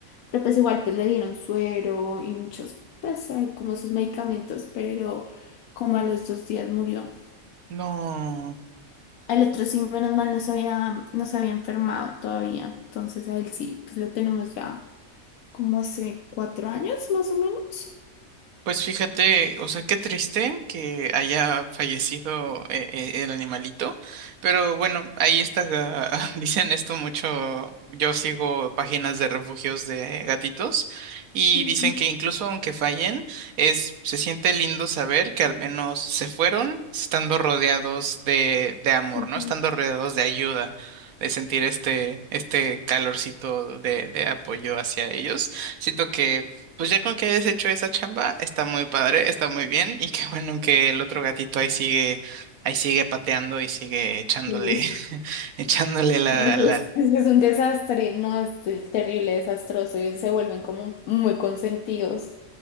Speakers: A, on the left; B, on the right.
A: Pero pues igual pues le dieron suero y muchos, pues hay como sus medicamentos, pero como a los dos días murió.
B: No,
A: Al otro sí, menos mal, no se había, no se había enfermado todavía, entonces a él sí, pues lo tenemos ya como hace cuatro años más o menos.
B: pues fíjate, o sea, qué triste que haya fallecido eh, eh, el animalito, pero bueno, ahí está, ga- <laughs> dicen esto mucho, yo sigo páginas de refugios de gatitos y
A: Ujú,
B: dicen que incluso aunque fallen, es, se siente lindo saber que al menos se fueron estando rodeados de, de amor,
A: ujú,
B: ¿no? Estando rodeados de ayuda. de sentir este, este calorcito de, de apoyo hacia ellos. Siento que Pues ya con que hayas hecho esa chamba, está muy padre, está muy bien y qué bueno que el otro gatito ahí sigue, ahí sigue pateando y sigue echándole,
A: ujú.
B: <laughs> echándole la,
A: Es
B: la.
A: que es un desastre, no, es t- terrible, desastroso y se vuelven como muy consentidos.